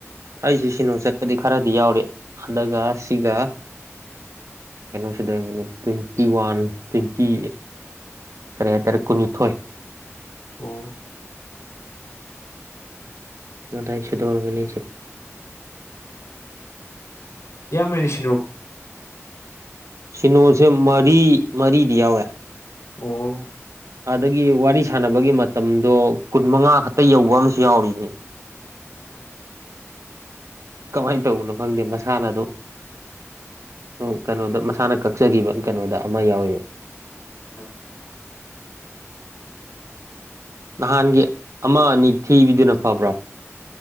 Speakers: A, on the right; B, on the left.
A: ꯑꯩꯁꯤ ꯁꯤꯅꯅꯨꯡ ꯆꯠꯄꯗꯤ ꯈꯔꯗꯤ ꯌꯥꯎꯔꯤ ꯑꯗꯨꯒ ꯁꯤꯒ ꯀꯩꯅꯣꯁꯤꯗ ꯂꯩꯔꯝꯒꯅꯤ ꯇ꯭ꯋꯦꯟꯇꯤ ꯋꯥꯟ ꯇ꯭ꯋꯦꯟꯇꯤ ꯀꯔꯤ ꯍꯥꯏꯇꯥꯔꯦ ꯀꯨꯟꯅꯤꯊꯣꯏ
B: ꯑꯣ
A: ꯑꯗꯥꯏꯁꯨꯗꯧꯔꯕꯅꯤꯅꯥ
B: ꯏꯌꯥꯝꯕꯩ ꯂꯤꯁꯤꯡ
A: ꯁꯤꯅꯣꯁꯦ ꯃꯔꯤ ꯃꯔꯤꯗꯤ ꯌꯥꯎꯋꯦ
B: ꯑꯣ
A: ꯑꯗꯒꯤ ꯋꯥꯔꯤ ꯁꯥꯟꯅꯕꯒꯤ ꯃꯇꯝꯗꯣ ꯀꯨꯟ ꯃꯉꯥ ꯈꯛꯇ ꯌꯧꯕ ꯑꯃꯁꯨ ꯌꯥꯎꯔꯤꯅꯦ
B: ꯎꯝ
A: ꯀꯃꯥꯏꯅ ꯇꯧꯕꯅꯣ ꯈꯪꯗꯦ ꯃꯁꯥꯅ ꯑꯗꯨꯝ ꯑꯣ ꯀꯩꯅꯣꯗ ꯃꯁꯥꯅ ꯀꯛꯆꯈꯤꯕ ꯀꯩꯅꯣꯗ ꯑꯃ ꯌꯥꯎꯋꯦꯕ
B: ꯑꯥ
A: ꯅꯍꯥꯟꯒꯤ ꯑꯃ ꯑꯅꯤ ꯊꯤꯕꯤꯗꯨꯅ ꯐꯕ꯭ꯔꯣ